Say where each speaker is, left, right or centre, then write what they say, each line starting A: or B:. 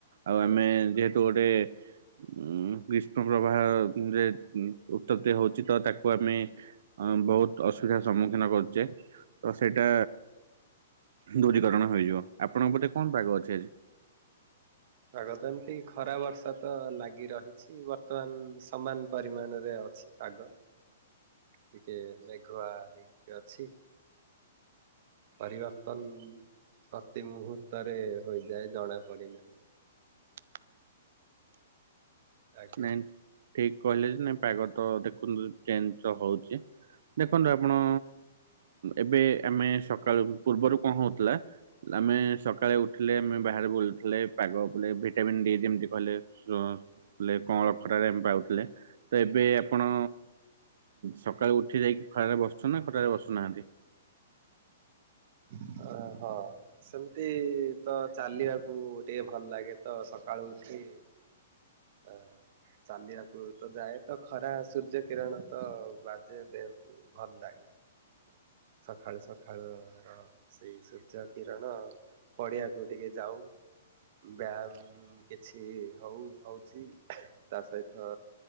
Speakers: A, on the right (about 65°); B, on the right (about 50°).
A: ଆଉ ଆମେ ଯେହେତୁ ଗୋଟେ ଉଁ ଗ୍ରୀଷ୍ମ ପ୍ରବାହରେ ଉତ୍ତପତି ହଉଚି ତ ତାକୁ ଆମେ ଅଁ ବହୁତ ଅସୁବିଧାର ସମ୍ମୁଖୀନ କରୁଚେ। ତ ସେଇଟା ଦୂରୀକରଣ ହୋଇଯିବ। ଆପଣଙ୍କ ପଟେ କଣ ପାଗ ଅଛି ଆଜି।
B: ପାଗ ତ ଏମିତି ଖରା ବର୍ଷା ତ ଲାଗି ରହିଛି ବର୍ତ୍ତମାନ ସମାନ ପରିମାଣରେ ଅଛି ପାଗ।
A: ହ।
B: ଟିକେ ମେଘୁଆ ହେଇକି ଅଛି। ପରିବର୍ତ୍ତନ ପ୍ରତି ମୁହୂର୍ତ୍ତରେ ହୋଇଯାଏ ଜଣା ପଡେନାହିଁ।
A: <unintelligible>
B: ଆଜ୍ଞା।
A: ନାଇଁ ଠିକ କହିଲେ ଯେ ନାଇଁ ପାଗ ତ ଦେଖନ୍ତୁ ଚେଞ୍ଜ ତ ହଉଚି। ଦେଖନ୍ତୁ ଆପଣ ଏବେ ଉଁ ଆମେ ସକାଳ ପୂର୍ବରୁ କଣ ହଉଥିଲା ନା ଆମେ ସକାଳେ ଉଠିଲେ ଆମେ ବାହାରେ ବୁଲୁଥିଲେ ପାଗ <unintelligible> ଭିଟାମିନ୍ ଡି ଯେମତି କହିଲେ ଚ ଲେ କଅଁଳ ଖରାରେ ଆମେ ପାଉଥିଲେ ତ ଏବେ ଆପଣ ସକାଳୁ ଉଠ ଉଠି ଯାଇକି ଖରାରେ ବସୁଚନ୍ତି ନା ଖରାରେ ବସୁ ନାହାନ୍ତି।
B: ଅ ହଁ ସେମିତି ତ ଚାଲିବାକୁ ଟିକେ ଭଲ ଲାଗେ ତ ସକାଳୁ ଉଠି ଠି ଅ ଚାଲିବାକୁ ତ ଯାଏ, ତ ଖରା ସୂର୍ଯ୍ୟ କିରଣ ତ ବାଜେ ଦେହକୁ ଭଲ ଲାଗେ।
A: ହୁଁ।
B: ସଖାଳୁ ସଖାଳୁ ର ସେଇ ସୂର୍ଯ୍ୟ କିରଣ ପଡିଆକୁ ଟିକେ ଯାଉ। ବ୍ୟାୟାମ କିଛି ହଉ ହଉଛି ତା ସହିତ